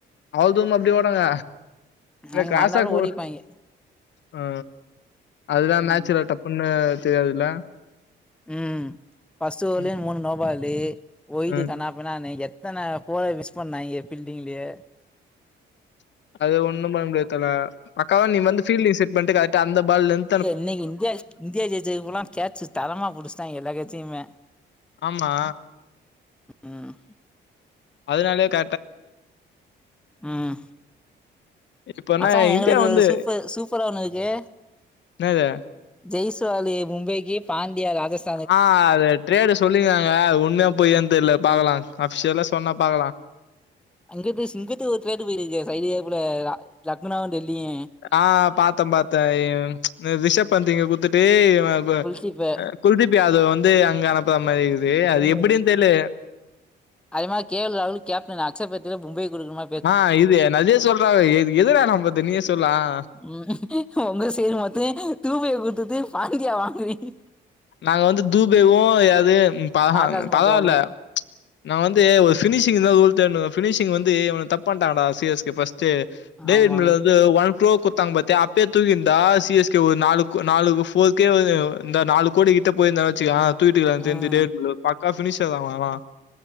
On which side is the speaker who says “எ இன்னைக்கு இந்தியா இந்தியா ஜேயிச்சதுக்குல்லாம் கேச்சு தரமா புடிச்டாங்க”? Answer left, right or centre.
Centre